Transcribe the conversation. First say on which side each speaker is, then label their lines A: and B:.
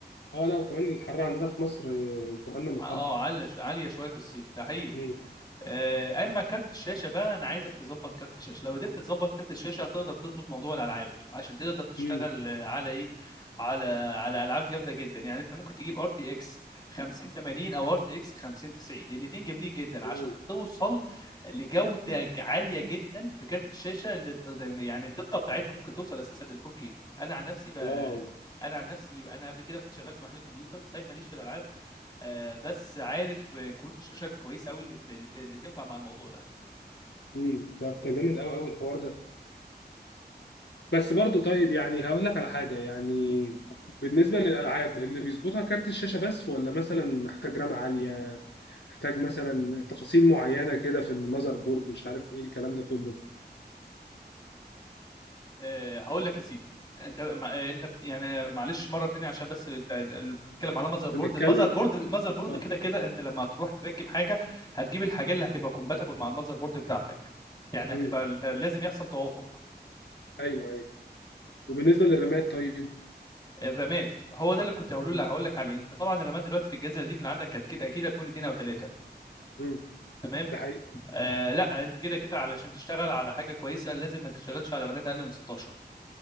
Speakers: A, on the left; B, on the left.
A: اه لا وكمان الحر عندنا في مصر آه، جهنم الحر
B: اه عاليه شو- عاليه شويه في الصيف ده حقيقي
A: مم.
B: آه، اما كارت الشاشه بقى انا عايزك تظبط كارت الشاشه لو قدرت تظبط كارت الشاشه هتقدر تظبط موضوع الالعاب عشان تقدر تشتغل
A: مم.
B: آه، على ايه على على العاب جامده جدا يعني انت ممكن تجيب ار تي اكس 5080 او ار تي اكس 5090 الاثنين جامدين جدا عشان
A: أوه.
B: توصل لجوده عاليه جدا في كارت الشاشه اللي ت- يعني الدقه بتاعتها ممكن توصل اساسا لل 4K انا عن نفسي ب...
A: واو
B: انا عن نفسي انا قبل كده كنت شغال في محل كمبيوتر صحيح ماليش في الالعاب آه، بس عارف آه، كروت الشاشه الكويسه قوي اللي, اللي اللي تنفع مع الموضوع ده
A: مم. ده بت- جامد قوي قوي الحوار ده بس برضه طيب يعني هقول لك على حاجة يعني بالنسبة للألعاب اللي بيظبطها كارت الشاشة بس ولا مثلا محتاج رام عالية محتاج مثلا تفاصيل معينة كده في المذر بورد مش عارف ايه الكلام ده كله
B: آه، هقول لك يا سيدي انت مع- آه، انت بت- يعني معلش مره تانية عشان بس انت أنت بتتكلم على ماذر بورد
A: بنتكلم
B: الماذر بورد الماذر بورد
A: اه
B: كده كده انت لما هتروح تركب حاجه هتجيب الحاجات اللي هتبقى كومباتبل مع الماذر بورد بتاعتك يعني
A: مم.
B: هتبقى لازم يحصل توافق
A: ايوه ايوه وبالنسبة للرامات طيب
B: الرامات هو ده اللي كنت هقوله لك
A: مم.
B: هقول لك عليه انت طبعا الرامات دلوقتي في الجزيره دي من اللي عندك اكيد اكيد هتكون اتنين او تلاته
A: مم.
B: تمام
A: ده حقيقي
B: آه لا انت كده كده علشان تشتغل على حاجه كويسه لازم ما تشتغلش على رامات اقل من 16